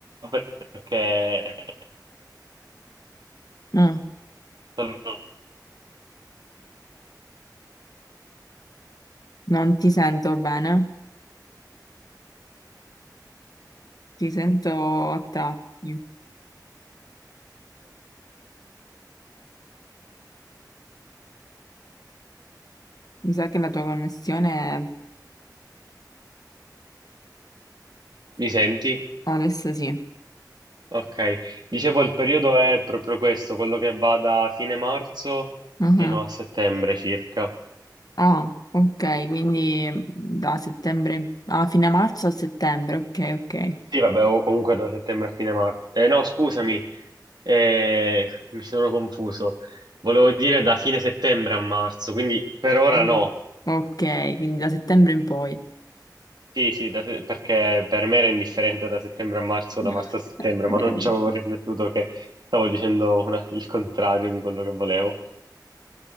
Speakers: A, on the right; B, on the left.
A: perché...
B: Ah,
A: sono
B: non ti sento bene, ti sento a tratti. Mi sa che la tua connessione
A: Mi senti?
B: adesso sì.
A: Ok. Dicevo, il periodo è proprio questo, quello che va da fine marzo
B: Ah,
A: fino a settembre circa.
B: Ah, ok, quindi da settembre, a fine marzo a settembre, ok, ok.
A: Sì, vabbè, o comunque da settembre a fine marzo. Eh, no, scusami, eh, mi sono confuso. Volevo dire da fine settembre a marzo, quindi per ora
B: Mm.
A: no.
B: Ok, quindi da settembre in poi.
A: Sì, sì, da- perché per me era indifferente da settembre a marzo,
B: <laughs>
A: da marzo a settembre, ma non ci avevo riflettuto che stavo dicendo una- il contrario di quello che volevo.